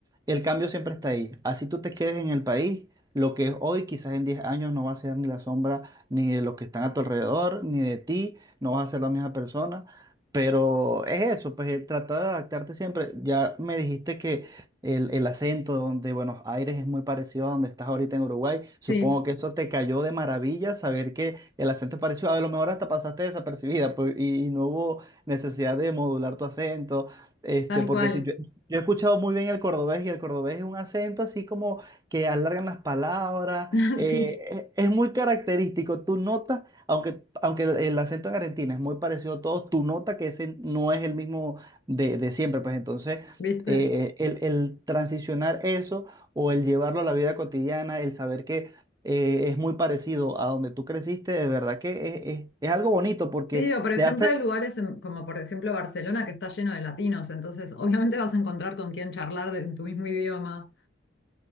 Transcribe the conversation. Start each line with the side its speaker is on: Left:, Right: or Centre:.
Right: el cambio siempre está ahí. Así tú te quedes en el país, lo que es hoy, quizás en 10 años no va a ser ni la sombra ni de los que están a tu alrededor, ni de ti, no vas a ser la misma persona. Pero es eso, pues eh, tratar de adaptarte siempre. Ya me dijiste que el, el acento, donde Buenos Aires es muy parecido a donde estás ahorita en Uruguay. Supongo
Left: sí,
Right: que eso te cayó de maravilla saber que el acento es parecido. A lo mejor hasta pasaste desapercibida pues, y, y no hubo necesidad de modular tu acento. Este,
Left: tal
Right: porque
Left: cual.
Right: sí, yo, yo he escuchado muy bien el cordobés y el cordobés es un acento así como que alargan las palabras,
Left: <laughs>
Right: eh,
Left: Sí,
Right: es es muy característico. Tú notas, aunque, aunque el, el acento en Argentina es muy parecido a todos, tú notas que ese no es el mismo de, de siempre. Pues entonces,
Left: ¿viste?
Right: eh, el, el transicionar eso o el llevarlo a la vida cotidiana, el saber que eh, es muy parecido a donde tú creciste, de verdad que es, es- es algo bonito porque
Left: Sí, o por ejemplo
Right: te hace,
Left: hay lugares en- como por ejemplo Barcelona que está lleno de latinos, entonces obviamente vas a encontrar con quién charlar de- en tu mismo idioma.